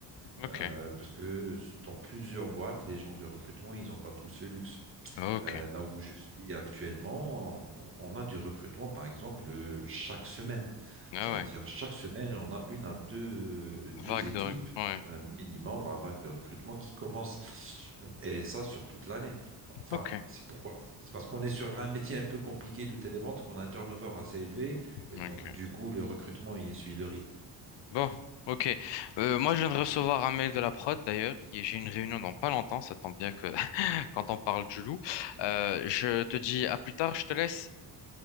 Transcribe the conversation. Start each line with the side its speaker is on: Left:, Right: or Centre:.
Left: Ok.
Right: Euh, parce que dans plusieurs boîtes, les gens de recrutement, ils n'ont pas tous ce luxe.
Left: Ok.
Right: Euh, là où je suis actuellement, on, on a du recrutement, par exemple, euh, chaque semaine.
Left: Ah
Right: C'est-à-dire,
Left: ouais.
Right: chaque semaine, on a une à deux, deux
Left: Vague
Right: équipes
Left: de rue. Ouais.
Right: euh, minimum, vingt vagues de recrutement qui commencent. Et ça, sur toute l'année. Enfin,
Left: Ok.
Right: c'est pourquoi? C'est parce qu'on est sur un métier un peu compliqué de télévente, qu'on a un turnover assez élevé. Et
Left: Ok.
Right: donc, du coup, le recrutement, il suit le rythme.
Left: Bon, ok. Euh, moi, je viens de recevoir un mail de la prod, d'ailleurs, et j'ai une réunion dans pas longtemps. Ça tombe bien que <laughs> quand on parle du loup. Euh, je te dis à plus tard, je te laisse.